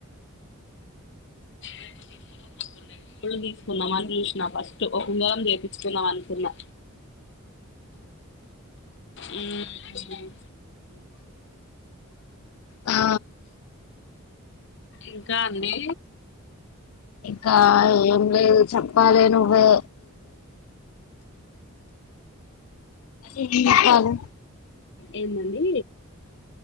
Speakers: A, on the left (about 55°); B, on the left (about 85°).
A: రెండు తీసుకున్నాం పొద్దునే ఫుల్ దీసుకుందమన్ జూసిన ఫస్టు ఒక నెల జి తెచ్చుకుందానుకున్నా ఉమ్
B: ఆ
A: ఇంకా అండి
B: ఇంకా ఏం లేదు చెప్పాలి నువ్వే ఎం కాదు
A: ఏందండి